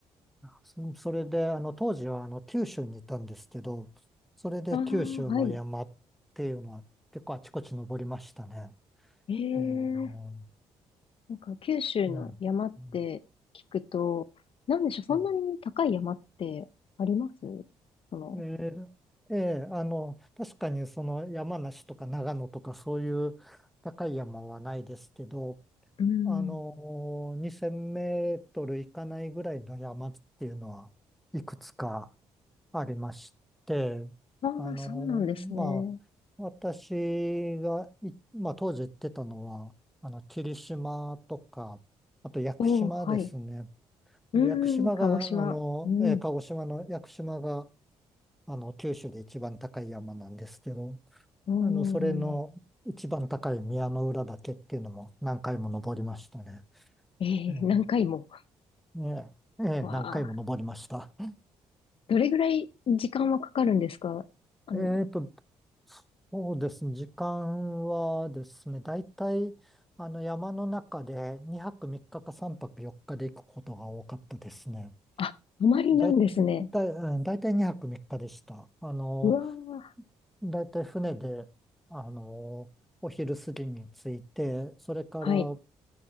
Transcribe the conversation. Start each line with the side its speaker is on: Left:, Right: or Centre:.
Centre: そそれで、あの、当時はあの、九州にいたんですけど、それで九州の山っていうのは結構あちこち登りましたね。
Left: うん。ああ、はい。ええ、
Centre: ええうん
Left: なんか九州の山って聞くと、
Centre: うんう
Left: なんでしょう、そんなに高い山ってあります
Centre: ん
Left: その、
Centre: えええーあの、確かにその山梨とか長野とかそういう高い山はないですけど、
Left: うん。
Centre: あの、2000メートル行かないぐらいの山っていうのはいくつかありまして、
Left: ああ、
Centre: あの、
Left: そうなんですね。
Centre: まあ、私がい、まあ、当時行ってたのは、あの、霧島とか、あと屋久島ですね。
Left: おお、はい。うん、
Centre: 屋久島が、
Left: 鹿児島。
Centre: あの、
Left: うん。
Centre: えー鹿児島の屋久島が、あの、九州で一番高い山なんですけど、
Left: おー
Centre: あの、それの一番高い宮之浦岳っていうのも何回も登りましたね。
Left: ええ、
Centre: うん
Left: 何回も。
Centre: ええ、ええ、
Left: わあ、
Centre: 何回も登りました。
Left: どれぐらい時間はかかるんですかあの、
Centre: えっと、そうですね、時間はですね、大体、あの、山の中で2泊3日か3泊4日で行くことが多かったですね。
Left: あ、泊まりなんですね。
Centre: だい、だい、うん大体2泊3日でした。あの、
Left: うわ
Centre: 大体船で、あの、お昼過ぎに着いて、それから、
Left: あ、はい。